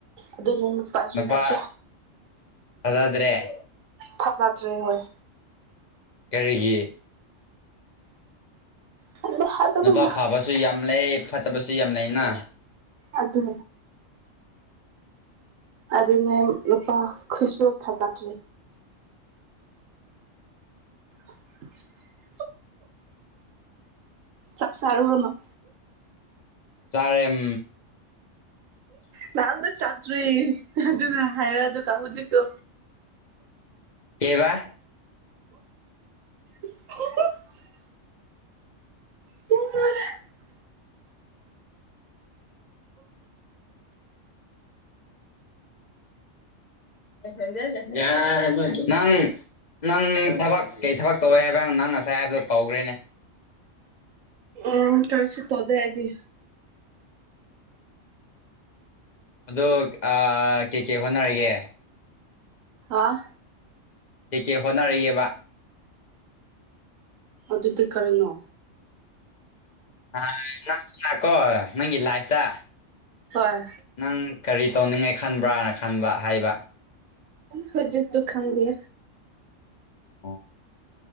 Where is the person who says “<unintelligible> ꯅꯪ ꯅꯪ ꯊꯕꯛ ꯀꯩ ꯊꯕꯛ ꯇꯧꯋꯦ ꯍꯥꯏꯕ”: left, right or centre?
Left